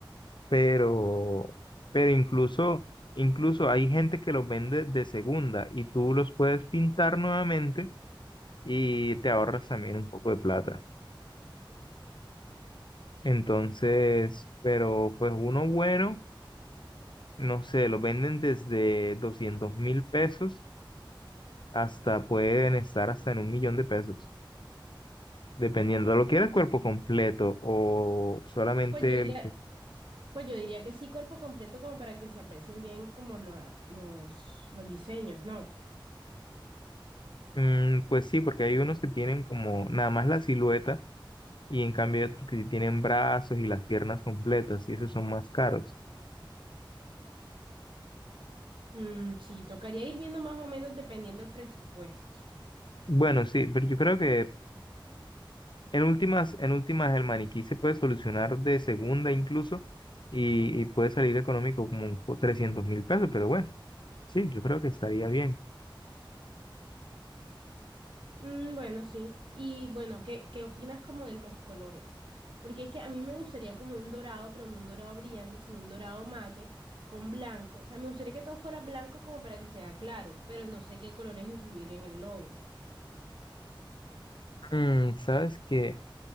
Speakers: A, on the left; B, on the right.
A: pero, pero incluso, incluso hay gente que los vende de segunda y tú los puedes pintar nuevamente y te ahorras también un poco de plata. Entonces, pero pues uno bueno, no sé, los venden desde doscientos mil pesos hasta pueden estar hasta en un millón de pesos, dependiendo. ¿Lo quieres cuerpo completo o solamente
B: Pues yo diría,
A: los que...
B: pues yo diría que sí, cuerpo completo, como para que se aprecien bien como lo- los, los diseños, ¿no?
A: Mm, pues sí, porque hay unos que tienen como nada más la silueta y en cambio hay otros que sí tienen brazos y las piernas completas y esos son más caros.
B: Mm, sí, tocaría ir viendo más o menos dependiendo el presupuesto.
A: Bueno, sí, pero yo creo que en últimas, en últimas el maniquí se puede solucionar de segunda incluso y, y puede salir económico como trescientos mil pesos, pero bueno, sí, yo creo que estaría bien.
B: Mm, bueno, sí. Y bueno, ¿qué, qué opinas como de los colores? Porque es que a mí me gustaría como un dorado, pero no un dorado brillante, sino un dorado mate con blanco. O sea, me gustaría que todo fuera blanco como para que sea claro, pero no sé qué colores incluir en el logo.
A: Mm, sabes que,